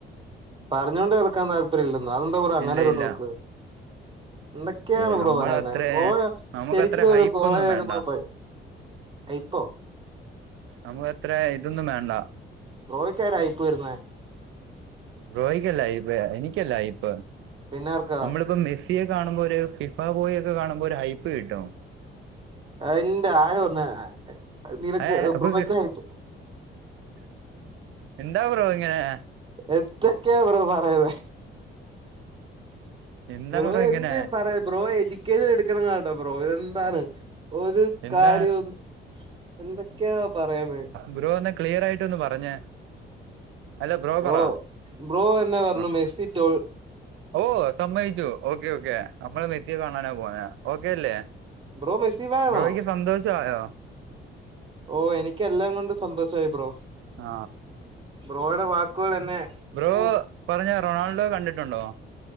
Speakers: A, on the right; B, on the right.
A: പറഞ്ഞുകൊണ്ട് കേൾക്കാൻ താല്പര്യ ഇല്ലോ അതെന്താ പറ അങ്ങനൊ
B: ഇല്ല
A: ഒരു
B: ഇല്ല
A: ലോക്ക്
B: <inaudible>
A: എന്തൊക്കെയാണ്
B: ഏ,
A: ബോ
B: നമ്മളത്ര
A: പറയുന്നത് ബ്രോ
B: നമുക്കത്ര
A: ശരിക്കും
B: ഹൈപ്പൊന്നും
A: ഒരു കോളേജൊക്കെ
B: വേണ്ട
A: പോയി ഇപ്പൊ
B: നമുക്ക് എത്ര ഇതൊന്നും വേണ്ട
A: ബ്രോയ്ക്കാരർായിയിപ്പോയിരുന്ന
B: ബ്രോയിക്കല്ലയ്‌ഫ് എനിക്കല്ലയ്പ്
A: പിന്നാർക്കാ
B: നമ്മളിപ്പോ മെസ്സിയെ കാണുമ്പോ ഒരു ഫിഫാബോയി ഒക്കെ കാണുമ്പോൾ ഒരു ഹൈപ്പ് കിട്ടോ
A: എന്റെ ആര് വന്ന് നിനക്ക്
B: ഏ, അപ്പൊ
A: ബ്രോക്ക്
B: കി-
A: ആയിപ്പോ
B: എന്താ ബ്രോ ഇങ്ങനെ
A: എത്തൊക്കെ ബ്രോ പറയുന്നെ.
B: എന്താ
A: ബ്രോ
B: ഇങ്ങനെ
A: എന്ത്ഈ പറ ബ്രോ എഡ്യൂക്കേഷൻ എടുക്കണം കേട്ടോ ബ്രോ എന്താണ് ഒരു
B: എന്താ
A: കാര്യം എന്തൊക്കെയാ പറയുന്നെ
B: ഗുരോ ഒന്ന് ക്ലിയർ ആയിട്ട് ഒന്ന് പറഞ്ഞേ അല്ല
A: ബ്രോ
B: പറ
A: ബ്രോ തന്നെ പറഞ്ഞു
B: ആ.
A: മെസ്സി ോ
B: ഓ സമ്മതിച്ചു ഓക്കേ ഓക്കെ നമ്മള് മെസിയെ കാണാനാ പോന ഓക്കേ അല്ലേ
A: ബ്രോ മെസ്സി ഫാനോ
B: ബ്രോയ്ക്ക് സന്തോഷ ആയോ
A: ഓ എനിക്ക് എല്ലാം കൊണ്ടും സന്തോഷയി ബ്രോ
B: ആ
A: ബ്രോയുടെ വാക്കുകൾ എന്നെ
B: ബ്രോ
A: ഓ
B: പറഞ്ഞ റൊണാൾഡോ കണ്ടിട്ടുണ്ടോ